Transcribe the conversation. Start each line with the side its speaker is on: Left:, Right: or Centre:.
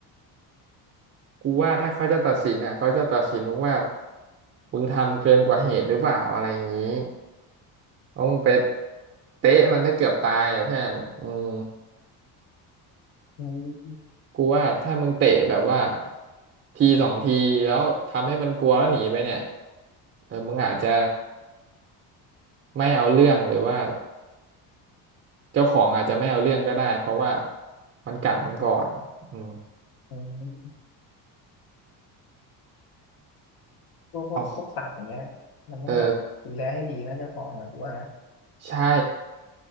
Right: กูว่าถ้าเขาจะตัดสินอ่ะเขาจะตัดสินมึงว่ามึงทำเกินกว่าเหตุหรือเปล่าอะไรอย่างนี้ต้องไปเตะมันถ้าเกือบตายอ่ะเพื่อนอืม
Left: อืม
Right: กูว่าถ้ามึงเตะแบบว่าทีสองทีแล้วทำให้มันกลัวแล้วหนีไปเนี่ยเออมึงอาจจะไม่เอาเรื่องหรือว่าเจ้าของอาจจะไม่เอาเรื่องก็ได้เพราะว่ามันกัดมึงก่อนอืม
Left: อืมพวกพวกพวกสัตว์อย่างเงี้ยมันต้องแบบดูแลให้ดีนะเจ้าของอ่ะกูว่านะ
Right: เอาเออใช่